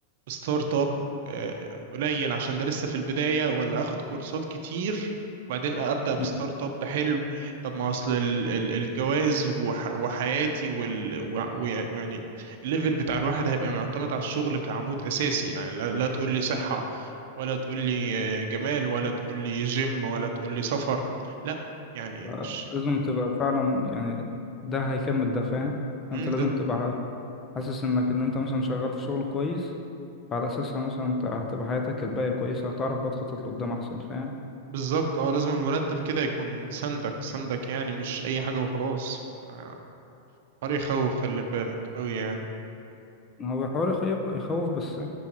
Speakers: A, on the right (about 65°); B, on the left (about 20°).
A: بستارت اب آه، قليل عشان ده لسه في البداية ولا آخد كورسات كتير وبعدين أبدأ بستارت
B: مم.
A: اب حلو طب ما أصل ال- ال- الجواز وح- وحياتي وال- وع- ويع- ويعني الليفل بتاع الواحد هيبقى معتمد على الشغل كعمود أساسي يعني لا لا تقول لي
B: بالظبط
A: صحة ولا تقول لي آه، جمال ولا تقول لي جيم ولا تقول لي سفر لا، يعني
B: آه،
A: ش...
B: لازم تبقى فعلا يعني ده هيكمل ده فاهم
A: مم،
B: فانت لازم
A: لا-
B: تبقى حاسس
A: مم،
B: انك ان انت مثلا شغال في شغل كويس فعلى اساسها مثلا انت هتبقى حياتك الباقية كويسة هتعرف بقى تخطط لقدام احسن فاهم
A: بالظبط اه لازم المرتب كده يكون سندك سندك يعني مش اي حاجة وخلاص آه، حر يخوف خلي بالك قوي يعني
B: هو بيحاول يخيف يخوف بس